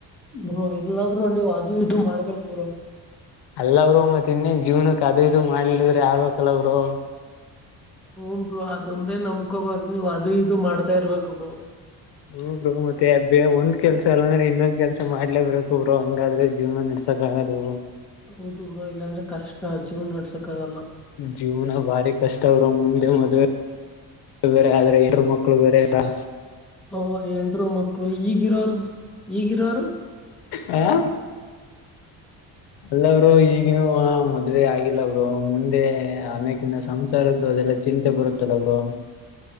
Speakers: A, in the centre; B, on the left.
A: ಬ್ರೋ ಇಲ್ಲಾ ಬ್ರೋ ನೀವ ಅದು ಇದು ಮಾಡ್ಬೇಕ ಬ್ರೋ.
B: ಅಲ್ಲ ಬ್ರೋ ಮತ್ತ ಇನ್ನೇನ್ ಜೀವನಕ್ ಅದು ಇದು ಮಾಡ್ಲಿದ್ರ ಆಗ್ಬೇಕಲ್ಲ ಬ್ರೋ.
A: ಹೂ ಬ್ರೋ ಅದೊಂದೇ ನಮ್ಕೊಬಾರ್ದ ನೀವ್ ಅದು ಇದು ಮಾಡ್ತಾ ಇರ್ಬೇಕು ಬ್ರೋ.
B: ಹೂ ಬ್ರೋ ಮತ್ತೆ ಬೇ ಒಂದ್ ಕೆಲಸ ಅಲ್ಲ ಅಂದ್ರೆ ಇನ್ನೊಂದ್ ಕೆಲಸ ಮಾಡ್ಲೇ ಬೆಕು ಬ್ರೋ ಹಂಗಾದ್ರೆ ಜಿವನಾ ನಡ್ಸಕ್. ಕಾಗದು
A: ಹೌದು ಬ್ರೋ ಇಲ್ಲಾಂದ್ರೆ ಕಷ್ಟಾ ಜೀವನ ನಡ್ಸಕ್ಕ ಆಗಲ್ಲಾ.
B: ಜೀವನಾ ಬಾರಿ ಕಷ್ಟ ಬ್ರೋ ಮುಂದೆ ಮದುವೆ. ಅದು ಬೇರೆ ಆದ್ರೆ ಹೆಂಡ್ರು ಮಕ್ಳು ಬೇರೆ ಇಲ್ಲಾ.
A: ಅವಾಗ ಹೆಂಡ್ರು ಮಕ್ಕಳು ಈಗಿರೋರು ಈಗಿರೋರು.
B: ಹಾ
A: ಹ
B: ಅಲ್ಲ ಬ್ರೋ ಈಗನು ಮದುವೆ ಆಗಿಲ್ಲಾ ಅವರು ಮುಂದೆ ಆಮ್ಯಾಗಿನ. ಸಂಸಾರದು ಅದೆಲ್ಲ ಚಿಂತೆ ಬರುತ್ತಲ್ಲ ಬ್ರೋ.